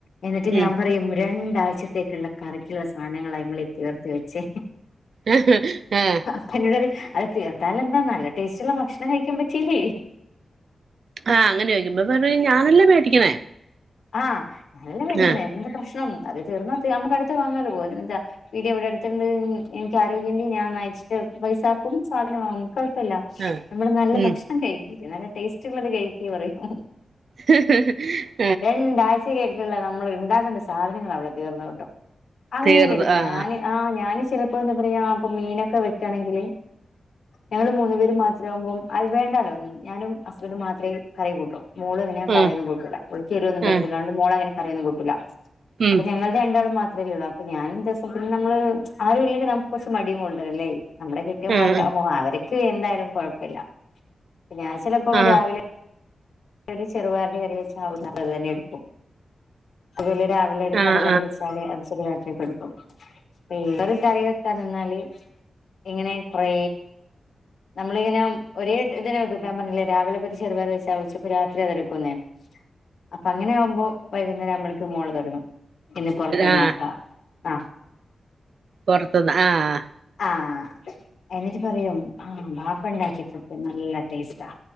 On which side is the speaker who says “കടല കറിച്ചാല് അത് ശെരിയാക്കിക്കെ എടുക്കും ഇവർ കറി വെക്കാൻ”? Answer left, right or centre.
Left